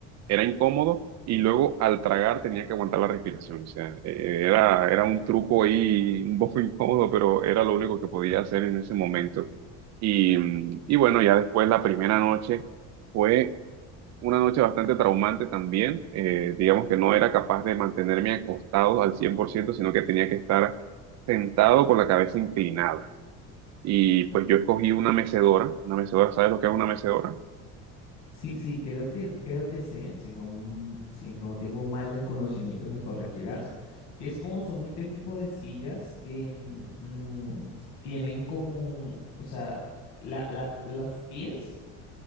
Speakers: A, on the right; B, on the left.
A: era incómodo y luego al tragar tenía que aguantar la respiración. O sea, eh, era, era un truco ahí un poco <laughs> incómodo, pero era lo único que podía hacer en ese momento. Y, mm, y bueno, ya después la primera noche. fue una noche bastante traumante también. Eh, digamos que no era capaz de mantenerme acostado al 100% sino que tenía que estar sentado con la cabeza inclinada. Y pues yo escogí una mecedora. Una mecedora, ¿sabes lo que es una mecedora?
B: Sí, sí, creo que, creo que sé, si no, m- si no tengo mal el conocimiento me corregirás, que es como son este tipo de sillas que mm, mm, tienen como, o sea, la- la- los pies